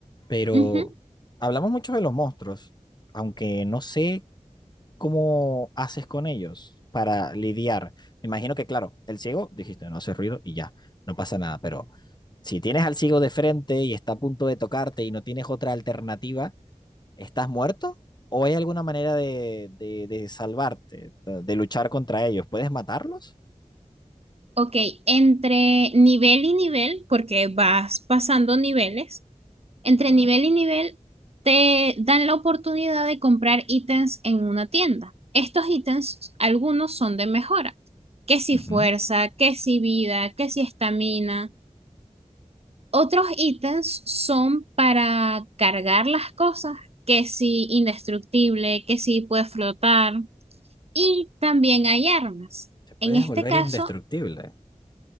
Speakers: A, on the left; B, on the right.
A: Pero
B: ujú.
A: hablamos mucho de los monstruos, aunque no sé ¿cómo haces con ellos para lidiar? Me imagino que, claro, el ciego, dijiste, no hace ruido y ya, no pasa nada, pero si tienes al ciego de frente y está a punto de tocarte y no tienes otra alternativa, ¿estás muerto? ¿O hay alguna manera de, de, de salvarte, de, de luchar contra ellos? ¿Puedes matarlos?
B: Ok, entre nivel y nivel, porque vas pasando niveles, Entre
A: Ajá.
B: nivel y nivel te dan la oportunidad de comprar ítems en una tienda. Estos ítems, algunos son de mejora, que si
A: Ujú.
B: fuerza, que si vida, que si estamina. Otros ítems son para cargar las cosas, que si indestructible, que si puede flotar. Y también hay armas.
A: Te puedes
B: En este
A: volver
B: caso,
A: indestructible.